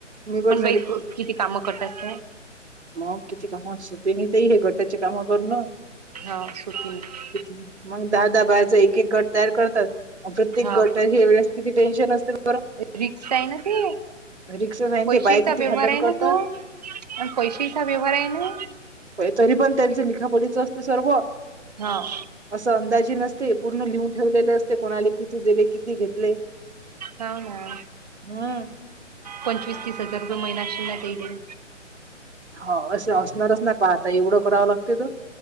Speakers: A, on the right; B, on the right.
A: निवड
B: पण बाई किती कामं करतात त्या.
A: म किती काम असतात ना हे गटाची काम करून.
B: हा सुटी नाही
A: तिथ मग दहा दहा बायाचा एक एक गट तयार करतात. अ प्रत्येक
B: हा
A: गट हे वेगळे असले किती टेन्शन असते बरं.
B: रिक्स आहे ना ते
A: रिक्षा सांगितले
B: पैशचा
A: ते बाया किती
B: व्यवहार
A: भांडण
B: आहे
A: करता.
B: ना तो आणि पैशेचा व्यवहार आहे ना.
A: तरी पण त्यांचं लिखापडीच असतंय सर्व.
B: हाआ.
A: असं अंदाजी नसते पूर्ण लिहून ठेवलेले असते. कोणाले किती दिले किती घेतले.
B: हो ना
A: हम्म
B: पंचवीस तीस हजार रुपये महिना असशील ना ते दे.
A: हो असं असणारच ना पहा आता एवढं करावं लागते तर